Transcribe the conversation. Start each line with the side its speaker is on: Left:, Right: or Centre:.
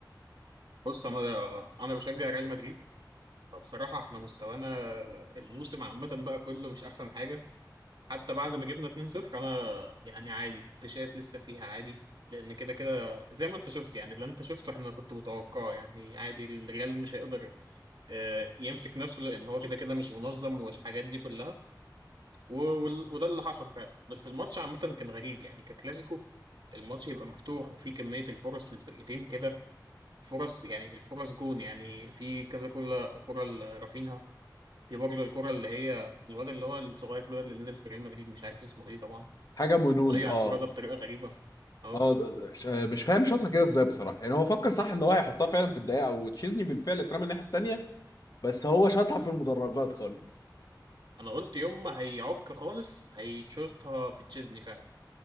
Right: بص أنا أنا بشجع ريال مدريد فبصراحة إحنا مستوانا الموسم عامة بقى كله مش أحسن حاجة حتى بعد ما جبنا 2-0 أنا يعني عادي كنت شايف لسه فيها عادي لأن كده كده زي ما أنت شفت يعني اللي أنت شفته إحنا كنت متوقعه يعني عادي الريال مش هيقدر آه، يمسك نفسه لان هو كده كده مش منظم والحاجات دي كلها و- وال- وده اللي حصل فعلا بس الماتش عامه كان غريب يعني ككلاسيكو الماتش يبقى مفتوح وفي كميه الفرص في الفرقتين كده فرص يعني الفرص جون يعني في كذا كرة كرة لرافينها في برضه الكرة اللي هي الواد اللي هو الصغير ده اللي نزل في ريال مدريد مش عارف اسمه ايه طبعا
Left: حاجه منوز
Right: ضيع
Left: اه
Right: انفرادة بطريقة غريبة اهو
Left: اه ده- ش- آه، مش فاهم شاطها كده ازاي بصراحه يعني هو فكر صح ان هو هيحطها فعلا في الدقيقه وتشيزني بالفعل اترمى الناحيه الثانيه بس هو شاطها في المدرجات خالص
Right: انا قلت يوم ما هيعك خالص هيتشوطها في تشيزني فعلا